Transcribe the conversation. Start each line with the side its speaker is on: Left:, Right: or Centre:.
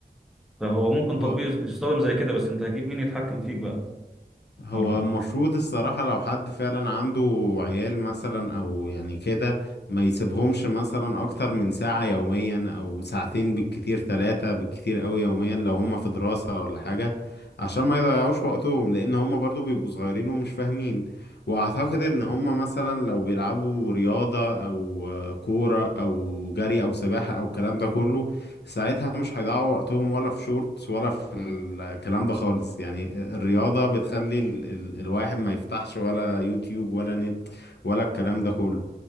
Centre: فهو ممكن
Left: هو
Centre: تطبيق يستخدم زي كده بس أنت هتجيب مين يتحكم فيك بقى
Left: هو
Centre: ولا
Left: المفروض الصراحة لو حد فعلا عنده عيال مثلا أو يعني كده ما يسيبهمش مثلا أكتر من ساعة يوميا أو ساعتين بالكتير ثلاثة بالكتير أوي يوميا لو هما في دراسة ولا حاجة عشان ما يضيعوش وقتهم لأن هما برضو بيبقوا صغيرين ومش فاهمين وأعتقد إن هما مثلا لو بيلعبوا رياضة أو آه، كورة أو جري أو سباحة أو الكلام ده كله ساعتها مش هيضيعوا وقتهم ولا في شورتس ولا في الكلام ده خالص يعني الرياضة بتخلي ال ال الواحد ما يفتحش ولا يوتيوب ولا نت ولا الكلام ده كله